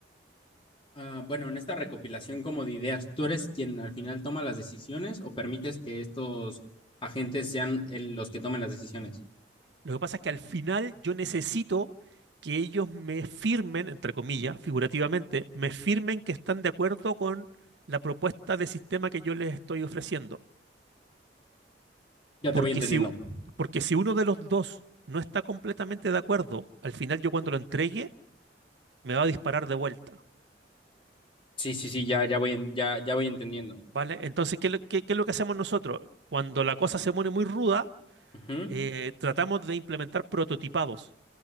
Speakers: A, on the left; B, on the right.
A: ah, bueno, en esta recopilación como de ideas, ¿tú eres quien al final toma las decisiones o permites que estos agentes sean el- los que tomen las decisiones?
B: Lo que pasa es que al final yo necesito que ellos me firmen, entre comillas, figurativamente, me firmen que están de acuerdo con la propuesta de sistema que yo les estoy ofreciendo.
A: Ya
B: Porque
A: te voy entendiendo.
B: si, u- porque si uno de los dos no está completamente de acuerdo, al final yo cuando lo entregue me va a disparar de vuelta,
A: Sí, sí, sí, ya, ya voy, en- ya, ya voy entendiendo.
B: ¿vale? Entonces, ¿qué, es lo qué- qué es lo que hacemos nosotros? Cuando la cosa se pone muy ruda,
A: Ujú,
B: eh, tratamos de implementar prototipados